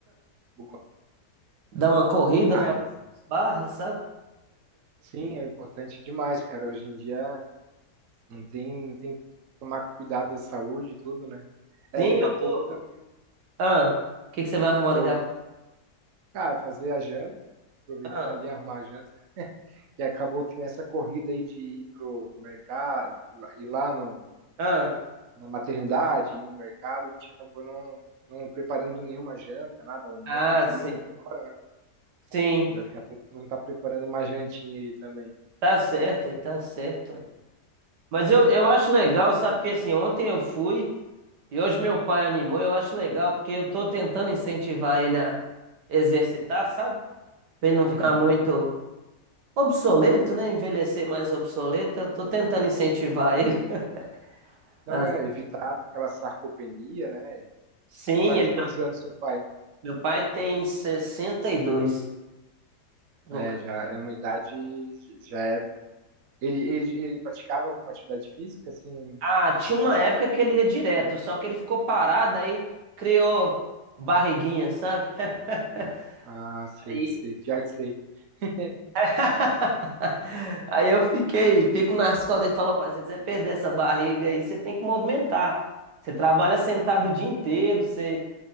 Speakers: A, on the right (about 60°); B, on the right (about 80°).
A: boa.
B: Dar uma corrida,
A: Ah,
B: fazer
A: é.
B: umas barras, sabe?
A: Sim, é importante demais, cara. Hoje em dia não tem, tem que tomar cuidado da saúde e tudo, né? É,
B: Sim,
A: daqui
B: eu
A: a
B: tô.
A: pouco eu também
B: Ah, o que que você vai arrumar
A: vou,
B: daqui a pouco?
A: cara, fazer a janta, aproveitar
B: Ah,
A: ali, arrumar a janta. que acabou que nessa corrida aí de ir pro mercado, ir lá no,
B: ah,
A: na maternidade, ir no mercado, a gente acabou não, não preparando nenhuma janta, nada, almo,
B: ah,
A: ah, comemos
B: sim.
A: fora,
B: Sim,
A: daqui a pouco vamos estar preparando uma jantinha aí também.
B: tá certo, é, tá certo. é. Mas eu, eu acho legal, sabe? Porque assim, ontem eu fui e hoje meu pai animou. Eu acho legal porque eu tô tentando incentivar ele a exercitar, sabe? Pra ele não
A: Uhum.
B: ficar muito. Obsoleto, né? Envelhecer mais obsoleto, eu tô tentando incentivar ele. <laughs>
A: Não,
B: Ah,
A: é evitar aquela sarcopenia, né?
B: sim,
A: Tá com
B: ele-
A: quantos anos seu pai?
B: meu pai tem 62. no
A: É,
B: ca-
A: já é uma idade, já é. Ele, ele, ele praticava alguma atividade física, assim,
B: Ah, tinha
A: no
B: uma
A: passado?
B: época que ele ia direto, só que ele ficou parado aí, criou barriguinha, sabe? <laughs>
A: Ah, sei,
B: Aí,
A: sei, pior que sei. <laughs>
B: <laughs> aí eu fiquei, fico na escola e falo, pai, se você quiser perder essa barriga aí, você tem que movimentar. Você trabalha sentado o dia inteiro, você